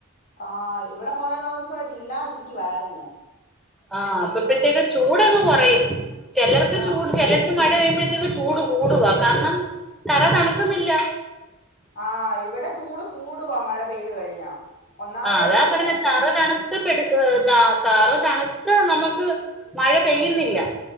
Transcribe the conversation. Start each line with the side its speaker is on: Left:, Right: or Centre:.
Left: ആ ഇവിടെ കൊറെ ദിവസമായിട്ട് ഇല്ലാതിരിക്കുവായിരുന്ന്
Centre: ആ അപ്പൊ പിന്നെങ്ങ് ചൂടങ് കുറയും ചിലർക്ക്
Left: ആ
Centre: ചൂട് ചിലര് മഴ പെയ്യുമ്പോഴത്തേക്ക് ചൂട് കൂടുവാ കാരണം തറ തണുക്കുന്നില്ല
Left: ആ ഇവിടെ ചൂട് കൂടുവാ മഴ പെയ്തു കഴിഞ്ഞാ ഒന്നാതേ
Centre: ആഹ് അതാ
Left: ചൂടാ
Centre: പറഞ്ഞെ തറ തണുത്തപ്പെടുആ തറ തണുക്കാൻ നമ്മക്ക് മഴ പെയ്യുന്നില്ല